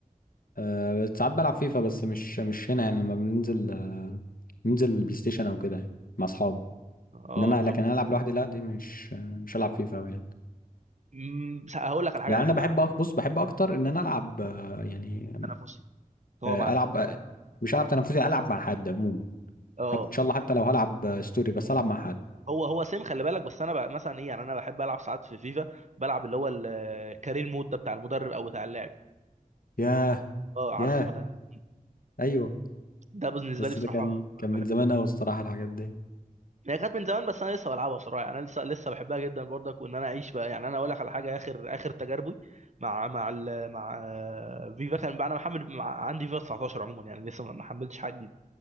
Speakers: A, on the left; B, on the right.
A: أه ساعات بلعب فيفا بس مش مش هنا يعني لما بننزل أه بننزل البلاي ستيشن او كده يعني مع اصحابي
B: اه
A: ان انا لكن
B: طب
A: انا العب لوحدي لا دي مش آه، مش هلعب فيفا أوي يعني
B: مم، هقول لك على حاجه
A: يعني
B: انا بحب
A: انا بحب
B: العب
A: أك... بص بحب اكتر ان انا العب آه، يعني
B: تنافسي هو
A: آه،
B: مع
A: العب آه، مش العب تنافسي العب مع حد عموما
B: اه
A: حتى ان شاء الله حتى لو هلعب آه، ستوري بس العب مع حد
B: هو هو سيم خلي بالك بس انا بقى مثلا ايه يعني انا بحب العب ساعات في فيفا بلعب اللي هو الكارير مود ده بتاع المدرب او بتاع اللاعب
A: ياه
B: اه عارفه
A: ياه
B: ده
A: ايوه
B: ده بالنسبه
A: بس
B: لي بصراحه
A: ده كان كان من
B: بحبه
A: زمان
B: جدا
A: قوي الصراحه الحاجات دي
B: هي كانت من زمان بس انا لسه بلعبها بصراحه يعني انا لسه لسه بحبها جدا برضك وان انا اعيش بقى يعني انا اقول لك على حاجه اخر اخر تجاربي مع مع ال مع آه، فيفا كان بقى انا محمل مع- عندي فيفا 19 عموما يعني لسه ما ما حملتش حاجه جديده